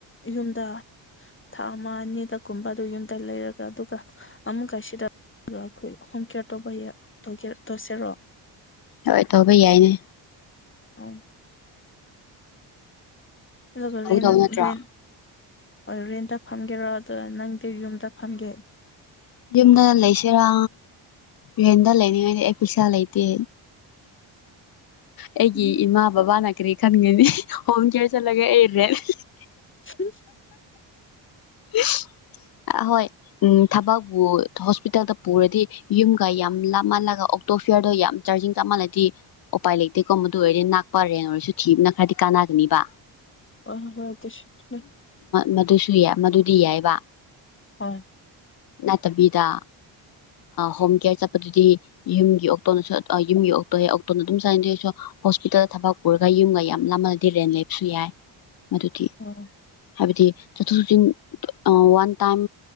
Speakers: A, on the left; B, on the left.
A: ꯌꯨꯝꯗ ꯊꯥ ꯑꯃ ꯑꯅꯤꯗ ꯀꯨꯝꯕ ꯑꯗꯨ ꯌꯨꯝꯗ ꯂꯩꯔꯒ ꯑꯗꯨꯒ ꯑꯃꯨꯛꯀ ꯁꯤꯗ ꯑꯗꯨꯒ ꯑꯩꯈꯣꯏ ꯍꯣꯝ ꯀꯦꯌꯔ ꯇꯧꯕ ꯍꯥ ꯇꯧꯒꯦ ꯇꯧꯁꯦꯔꯣ
B: ꯍꯣꯏ ꯇꯧꯕ ꯌꯥꯏꯅꯦ
A: ꯑꯣ ꯑꯗꯨꯒ
B: ꯇꯧ
A: ꯔꯦꯟ
B: ꯇꯧ ꯅꯠꯇ꯭ꯔꯣ
A: ꯔꯦꯟ ꯍꯣꯏ ꯔꯦꯟꯇ ꯐꯝꯒꯦꯔ ꯑꯗꯨꯒ ꯅꯪꯗꯤ ꯌꯨꯝꯗ ꯐꯝꯒꯦ
B: ꯌꯨꯝꯗ ꯂꯩꯁꯦꯔꯥ ꯔꯦꯟꯗ ꯂꯩꯅꯤꯡꯉꯥꯢꯗꯤ ꯑꯩ ꯄꯤꯁꯥ ꯂꯩꯇꯦ ꯑꯩꯒꯤ
A: ꯎꯝ
B: ꯏꯃꯥ ꯕꯕꯥꯅ ꯀꯔꯤ ꯈꯟꯒꯅꯤ ꯍꯣꯝ ꯀꯦꯌꯔ ꯆꯠꯂꯒ ꯑꯩ ꯔꯦꯟ ꯢꯍꯤꯍꯤ
A: ꯍꯨꯝ
B: ꯑꯦ ꯑꯍꯣꯏ ꯎꯝ ꯊꯕꯛꯕꯨꯨ ꯍꯣꯁꯄꯤꯇꯥꯜꯗ ꯄꯨꯔꯗꯤ ꯌꯨꯝꯒ ꯌꯥꯝ ꯂꯥꯞꯃꯜꯂꯒ ꯑꯣꯛꯇꯣ ꯐꯤꯌꯥꯔꯗꯣ ꯌꯥꯝ ꯆꯥꯔꯖꯤꯡ ꯆꯠ ꯃꯟꯂꯗꯤ ꯎꯄꯥꯏ ꯂꯩꯇꯦꯀꯣ ꯃꯗꯨ ꯑꯣꯏꯔꯦ ꯅꯛꯄ ꯔꯦꯟ ꯑꯣꯏꯔꯁꯨ ꯊꯤꯕꯅ ꯈꯔꯗꯤ ꯀꯥꯟ ꯀꯟꯅꯥꯒꯅꯤꯕ
A: ꯍꯣꯢ ꯍꯣꯢ ꯍꯣꯏ ꯗꯨꯁꯨꯠꯅꯦ
B: ꯃꯗꯨꯁꯨ ꯌꯥꯏ ꯃꯗꯨꯗꯤ ꯌꯥꯏꯌꯦꯕ
A: ꯍꯣꯢ
B: ꯅꯠꯇꯕꯤꯗ ꯍꯣꯝ ꯀꯦꯌꯔ ꯆꯠꯄꯗꯨꯗꯤ ꯌꯨꯝꯒꯤ ꯑꯣꯛꯇꯣꯅꯁꯨ ꯑ ꯌꯨꯝꯒꯤ ꯑꯣꯛꯇꯣꯌꯦ ꯑꯣꯛꯇꯣꯅ ꯑꯗꯨꯝ ꯆꯥꯏꯟꯗꯦꯁꯨ ꯍꯣꯁꯄꯤꯇꯥꯜꯗ ꯊꯕꯛ ꯄꯨꯔꯒ ꯌꯨꯝꯒ ꯌꯥꯝ ꯂꯥꯞꯃꯟꯂꯗꯤ ꯔꯦꯟ ꯂꯩꯕꯁꯨ ꯌꯥꯏ ꯑꯗꯨꯗꯤ
A: ꯎꯝ
B: ꯍꯥꯏꯕꯗꯤ ꯆꯠꯊꯣꯛ ꯆꯠꯁꯤꯟ ꯑꯥ ꯋꯥꯟ ꯇꯥꯏꯝ